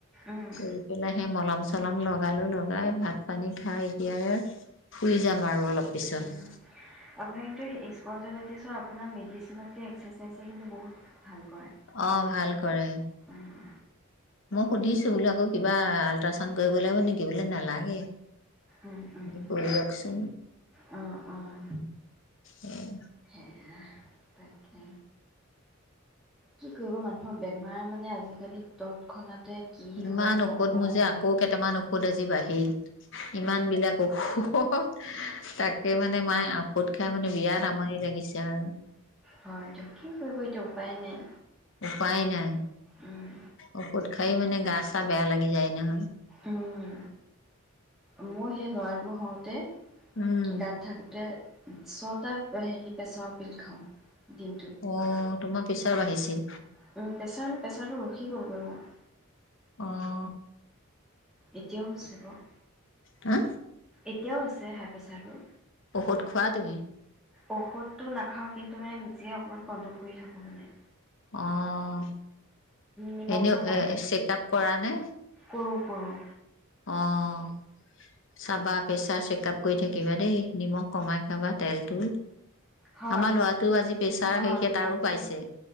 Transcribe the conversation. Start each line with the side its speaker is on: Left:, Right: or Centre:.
Centre: উম
Left: কৰি পেলাই, সেই মলম-চলম লগালো লগাই ভাত পানী খাই এতিয়া শুই যাম
Centre: হয়
Left: আৰু অলপ পিছত।
Centre: উম আপোনাৰ কিন্তু স্পনজেলাইটিছৰ আপোনাক, মেডিচিনতকৈ এক্সাৰচাইজে কিন্তু বহুত ভাল কৰে।
Left: অ', ভাল কৰে।
Centre: উম
Left: মই সুধিছো বোলো আকৌ কিবা আল্ট্ৰাচাউণ্ড কৰিব লাগিব নেকি? বোলে নালাগে।
Centre: উম উম
Left: কৰি যাওঁকচোন,
Centre: অ', অ',
Left: উম',।
Centre: <unintelligible> তাকে। কি কৰিব মানুহৰ বেমাৰ মানে আজিকালি তৎক্ষণাতে কি
Left: ইমান
Centre: হয়
Left: ঔষধ
Centre: ক'ব অ',
Left: মোৰ, আকৌ কেইটামান আজি বাঢ়িল। ইমান বিলাক অসুখ। তাকে মানে মায়ে ঔষধ খাই, মানে বিৰাত আমনি লাগিছে আৰু।
Centre: হয়', দিয়ক, কি কৰিব এতিয়া উপায় নাই।
Left: উপাই নাই,
Centre: উম,
Left: ঔষত খাই মানে গা-চা বেয়া লাগি যায় নহয়।
Centre: উম, মোৰ সেই ল'ৰাটো হওঁতে
Left: উম',।
Centre: তাত থাকোঁতে, ছয়টা হেৰি প্ৰেচাৰৰ টেবলেট খাওঁ, দিন
Left: অ', তোমাৰ প্ৰেছাৰ বহিছে।
Centre: প্ৰেছাৰ মানে প্ৰেছাৰটো ৰখি গ'লগৈ মোৰ।
Left: অ',।
Centre: এতিয়াও আছে বাৰু।
Left: হা?
Centre: এতিয়াও আছে হাই প্ৰেচাৰ টো।
Left: ঔষধ খোৱা তুমি?
Centre: ঔষধটো নাখাওঁ, কিন্তু মানে নিজে অকমান কন্ট্ৰল কৰি থাকো মানে।
Left: অ',
Centre: নিমখটো
Left: এনেও এ' চেকআপ কৰা নে?
Centre: কৰোঁ কৰোঁ।
Left: অ',। চাবা প্ৰেচাৰ চেক আপ কৰি থাকিবা দেই, নিমখ কমাই খাবা, তেলটো।
Centre: হয়
Left: আমাৰ
Centre: হয়
Left: ল'ৰাটোও আজি প্ৰেছাৰ
Centre: অঁ
Left: সেইসে
Centre: নিমখটো
Left: তাৰো পাইছে।